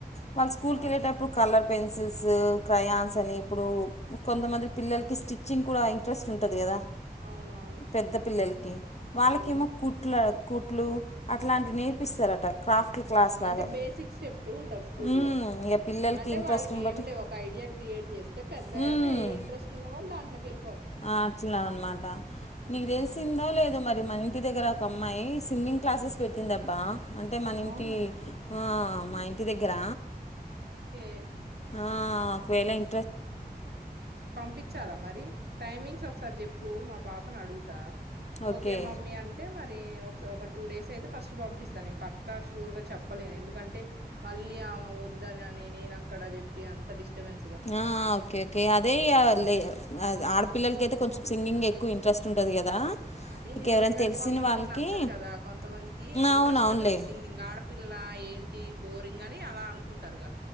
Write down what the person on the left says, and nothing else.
వాళ్ళు స్కూల్కి
వెళ్ళేటప్పుడు కలర్ పెన్సిల్స్ క్రయాన్స్ అని ఇప్పుడు కొంతమంది పిల్లలకి స్టిచ్చింగ్ కూడ ఇంట్రెస్ట్ ఉంటది కదా
పెద్ద పిల్లలకి వాళ్ళకెమో
కుట్లు కుట్లు అట్లాంటివి నేర్పిస్తారట క్రాఫ్ట్ క్లాస్
లాగా
ఉమ్, ఇక పిల్లలకి
ఇంట్రెస్ట్ని
బట్టి
ఉమ్
ఆ అట్ల అనమాట
నీకు తెలిసిందా లేద మ మన ఇంటి దగ్గర ఒక అమ్మాయి సింగింగ్ క్లాసెస్ పెట్టిందబ్బా అంటే మన ఇంటి
ఆ మా ఇంటి దగ్గర
ఆ ఒకవేళ ఇ
ఓకే
ఆ ఓకే అదే లే ఆడపిల్లలకైతే కొంచెం సింగింగ్ ఎక్కువ ఇంట్రెస్ట్ ఉంటుంది కదా
ఇక
ఎవరైనా
తెలిసిన
వాళ్ళకి
అవునవునులే